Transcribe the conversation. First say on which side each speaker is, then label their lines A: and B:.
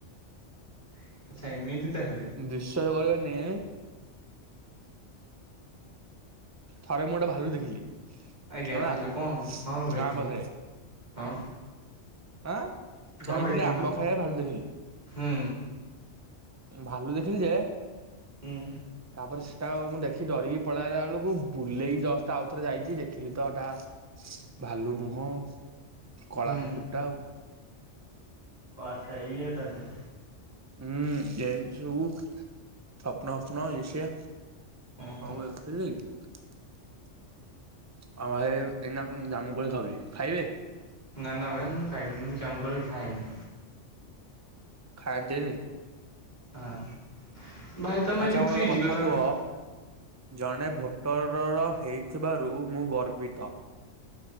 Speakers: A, on the right; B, on the right.
A: ଆଚ୍ଛା ଏମିତି ତାହେଲେ
B: ବିଶ୍ୱାସ କରିବନିି ଥରେ ମୁଁ ଗୋଟେ ଭାଲୁ ଦେଖିଲି।
A: ଆଜ୍ଞା
B: ହେଲା
A: ଭାଲୁ କଣ ହେବ ହଁ ଭାଇ
B: ଗାଁ
A: କୁହନ୍ତୁ
B: ପାଖରେ
A: ହଁ
B: ଆଁ
A: ହଁ
B: ଯାଇଥିଲି
A: ଭାଇ କୁହନ୍ତୁ
B: ଆମ୍ବ ଖାଇବାକୁ ଭାଲୁ ଦେଖିଲି।
A: ହୁଁ
B: ଭାଲୁ ଦେଖିଲି ଯେ
A: ହୁଁ
B: ତାପରେ ସେ <unintelligible> ମୁଁ ଦେଖି ଡରିକି ପଳେଇଲା ବେଳକୁ ବୁଲେଇକି ଜଷ୍ଟ ଆଉଥରେ ଯାଇଛି ଦେଖିଲି ତଟା ଭାଲୁ ନୁହଁ ଆଉ କଳା
A: ହୁଁ
B: କୁକୁରଟା ଆଉ।
A: ଓ ଆଚ୍ଛା ଏଇୟା ତାଲେ।
B: ହୁଁ ଏମିତି ସବୁ ସ୍ବପ୍ନ ଫୋପନ ଇଏ ସିଏ
A: ଓହୋ
B: ହଉ ଏ ଖିଲି ଆଉ ଭାଇ ଏ ଏଇନା କ ମୁଁ ଜାମୁ କୋଳି ଖାଉଛି ଖାଇବେ?
A: ନା ନା ଭାଇ ମୁଁ ଖାଇବିନି ମୁଁ ଜାମୁ କୋଳି ଖାଏନି।
B: ଖାନ୍ତିନି?
A: ହଁ ଭାଇ ତମେ
B: ଆଚ୍ଛା
A: ଯୋଉ
B: ମତେ
A: ଫ୍ରିଜ
B: ଗୋଟେ
A: କଥା ଆଉଠି
B: କୁହ ଜଣେ ଭୋଟରର ହେଇଥିବାରୁ ମୁଁ ଗର୍ବିତ।